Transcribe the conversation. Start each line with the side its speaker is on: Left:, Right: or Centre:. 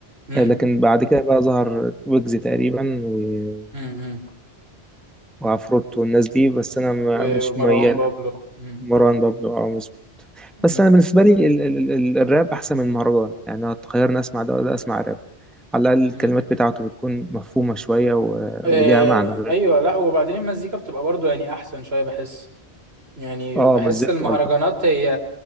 Right: أمم،
Centre: آه، لكن بعد كده بقى ظهر ويجز تقريبا و-
Right: أمم،
Centre: وعفروت والناس دي بس انا ما-
Right: ومروان
Centre: مش ميال
Right: بابلو مم.
Centre: مروان بابلو او مس-
Right: مم.
Centre: بس انا بالنسبه لي ال ال ال الراب احسن من المهرجان يعني لو تخيرني اسمع ده ولا اسمع راب على الاقل الكلمات
Right: مم.
Centre: بتاعته بتكون مفهومه شويه و...
Right: آه،
Centre: وليها معنى
Right: ايوه لا وبعدين المزيكا بتبقى برضو يعني احسن شويه بحس يعني
Centre: اه
Right: بحس
Centre: مزجته
Right: المهرجانات
Centre: الطف
Right: هي